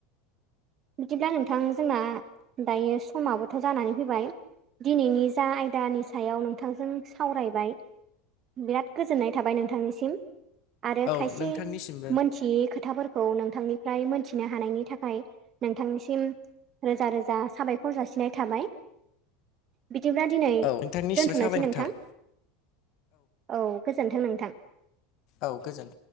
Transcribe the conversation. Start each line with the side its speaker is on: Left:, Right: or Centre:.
Right: बिदिब्ला नोंथां जोंना दायो समाबोथ' जानानै फैबाय दिनैनि जा आयदानि सायाव नोंथांजों सावरायबाय बिराद गोजोननाय थाबाय नोंथांनिसिम आरो
Left: औ
Right: खायसे
Left: नोंथांनिसिमबो
Right: मोनथियै खोथाफोर खौ नोंथांनिफ्राय मोनथिनो हानायनि थाखाय नोंथांनिसिम रोजा रोजा साबायखर जासिनाय थाबाय बिदिब्ला दिनै
Left: औ नोंथांनिसिमबो
Right: दोनथ'नोसै
Left: साबायखर
Right: नोंथां
Left: थाबाय
Right: औ गोजोनथों नोंथां
Left: औ गोजोन